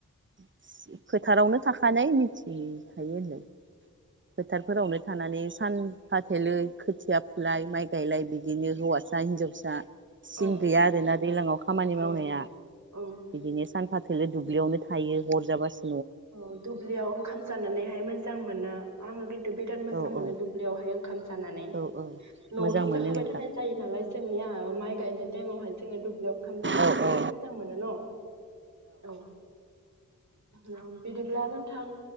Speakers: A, on the right (about 35°); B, on the right (about 60°).
A: <unintelligible> फोथारावनो थाखानाय मिथिखायो होनलाय। फोथारफोरावनो थानानै सान फाथोलो खोथिया फुलाय माइ गायलाय बिदिनो हौवासा हिनजावसा सिन
B: औ
A: गैया आरोना दैलाङाव खामानि मावनाया
B: औ औ
A: बिदिनो सानफा थोलो दुब्लियावनो थायो हरजाबासो
B: औ दुब्लियाव ओंखाम जानानैहाय मोजां मोना आंङो किन बिराद मोजां
A: औ
B: मोनो
A: औ
B: दुब्लियावहाय ओंखाम जानानै
A: औ औ
B: न'आवथ
A: मोजां मोनो
B: जाखाबाय
A: नोंथां
B: थानाय जायो नालाय जोंनिया माइ गायनाय टाइमावहाय जोंङो दुब्लियाव ओंखाम जानानै
A: औ
B: बिराद
A: औ
B: मोजां मोनो न औ। <unintelligible> बिदिब्लानो थां